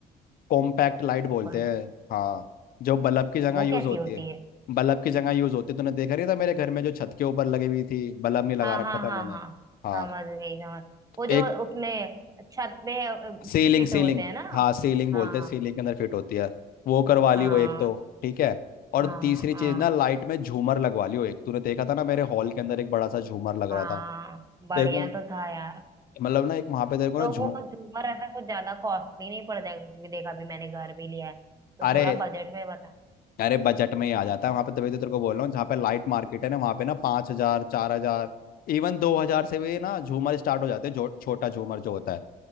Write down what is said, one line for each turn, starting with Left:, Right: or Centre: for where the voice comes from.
Left: कॉम्पैक्ट लाइट बोलते
Right: कौन
Left: हैं हाँ जो बल्ब की जगह
Right: वो
Left: यूज
Right: कैसी
Left: होती
Right: होती
Left: है
Right: है
Left: बल्ब की जगह यूज होती है तूने देखा नहीं था मेरे घर में जो छत के ऊपर लगी हुई थी बल्ब नहीं लगा
Right: हाँ
Left: रखा
Right: हाँ
Left: था
Right: हाँ
Left: मैंने
Right: हाँ
Left: हाँ
Right: समझ गई समझ वो जो
Left: एक
Right: उसमें छत में
Left: सीलिंग
Right: फिट
Left: सीलिंग
Right: होते हैं ना
Left: हाँ सीलिंग बोलते
Right: हाँ हाँ
Left: हैं सीलिंग के अंदर फिट होती है वो करवा ली
Right: हाँ
Left: हो एक तो ठीक है और
Right: हाँ
Left: तीसरी
Right: हाँ
Left: चीज ना लाइट में झूमर लगवा ली हो एक तूने देखा था ना मेरे हॉल के अंदर एक बड़ा सा झूमर लग रहा
Right: हाँ
Left: था
Right: बढ़िया
Left: तेरे को
Right: तो था यार
Left: मतलब ना एक वहां पे तेरे को
Right: तो
Left: ना झूम
Right: वो झूमर ऐसा कुछ ज्यादा कॉस्टली नहीं पड़ जाएगा क्योंकि देखा अभी मैंने घर भी लिया है तो
Left: अरे
Right: थोड़ा बजट में बता
Left: अरे बजट में ही आ जाता है वहां पे तभी तो तेरे को बोल रहा हूँ जहाँ पे लाइट मार्केट है ना वहां पे ना पाँच हजार चार हजार इवन दो हजार से भी ना झूमर स्टार्ट हो जाते हैं जो छोटा झूमर जो होता है